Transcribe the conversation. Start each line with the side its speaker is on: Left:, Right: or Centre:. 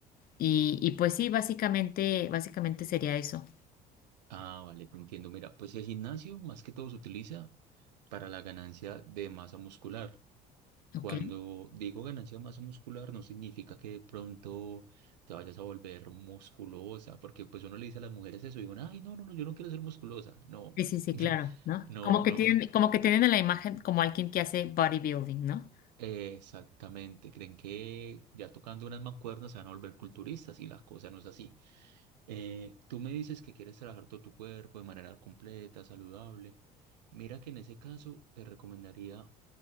Left: y, y pues sí, básicamente, básicamente sería eso,
Right: ah, vale, te entiendo. Mira, pues el gimnasio más que todo se utiliza para la ganancia de masa muscular.
Left: ¿ok?
Right: Cuando digo ganancia de masa muscular, no significa que de pronto te vayas a volver musculosa, porque pues uno le dice a las mujeres eso y digo, ay, no, no, no, yo no quiero ser musculosa. No,
Left: Sí, sí, sí,
Right: <laughs>
Left: claro, ¿no?
Right: no,
Left: Como
Right: no,
Left: que tienen,
Right: no.
Left: como que tienen a la imagen como alguien que hace bodybuilding, ¿no?
Right: Exactamente. Creen que ya tocando unas mancuernas se van a volver culturistas y la cosa no es así. Eh, tú me dices que quieres trabajar todo tu cuerpo de manera completa, saludable. Mira que en ese caso te recomendaría,